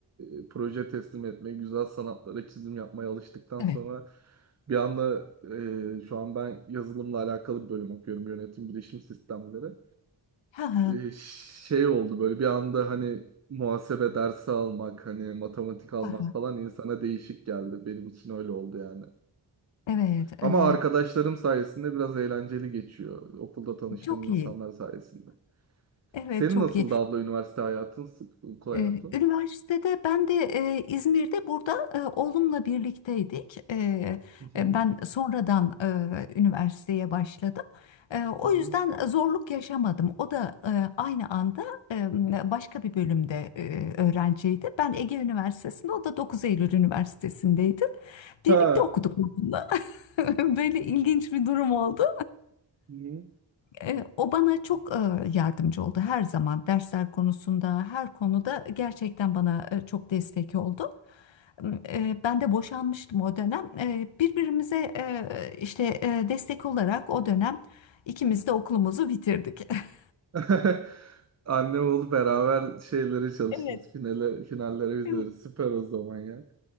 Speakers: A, on the right (about 35°); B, on the left (about 80°).
A: e, proje teslim etmeye, güzel sanatlara çizim yapmaya alıştıktan
B: Evet.
A: sonra bir anda e, şu an ben yazılımla alakalı bir bölüm okuyorum. Yönetim bilişim sistemleri
B: Ha ha.
A: e, şey oldu böyle bir anda hani muhasebe dersi almak hani matematik almak
B: Ha ha.
A: falan insana değişik geldi. Benim için öyle oldu yani.
B: Evet,
A: Ama
B: e,
A: arkadaşlarım sayesinde biraz eğlenceli geçiyor. Okulda tanıştığım
B: çok
A: insanlar
B: iyi.
A: sayesinde.
B: Evet,
A: Senin
B: çok
A: nasıldı
B: iyi.
A: abla üniversite hayatın, sık- okul hayatın?
B: Ee, Üniversitede ben de e, İzmir'de burada e, oğlumla birlikteydik. Ee,
A: Hı hı,
B: e, ben sonradan e, üniversiteye başladım. Ee, o
A: hı hı,
B: yüzden zorluk yaşamadım. O da e, aynı anda e, başka bir bölümde e, öğrenciydi. Ben Ege Üniversitesi'nde, o da 9 Eylül Üniversitesi'ndeydi. Birlikte
A: Ha.
B: okuduk onunla. <laughs> Böyle ilginç bir durum oldu.
A: hı hı.
B: E, O bana çok e, yardımcı oldu her zaman dersler konusunda her konuda gerçekten bana e, çok destek oldu. E, Ben de boşanmıştım o dönem. E, Birbirimize e, işte e, destek olarak o dönem ikimiz de okulumuzu bitirdik. <laughs>
A: <laughs> Anne oğlu beraber şeylere çalıştınız.
B: Evet.
A: Finale, finallere üzeri.
B: Evet,
A: Süper o zaman ya.